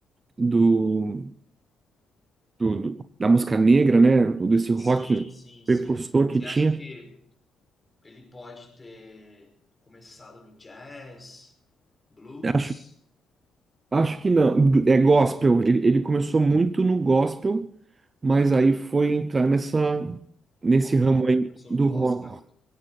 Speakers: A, on the right; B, on the left.
A: do. do, do- da música negra, né? do- Desse rock
B: Sim, sim, sim.
A: precursor que
B: Você
A: tinha.
B: acha que ele pode ter começado no jazz, blues,
A: Acho, acho que não. É gospel. Ele, ele começou muito no gospel, mas aí foi entrar nessa, nesse
B: rock
A: ramo
B: and roll,
A: aí
B: começou
A: do
B: no gospel?
A: rock.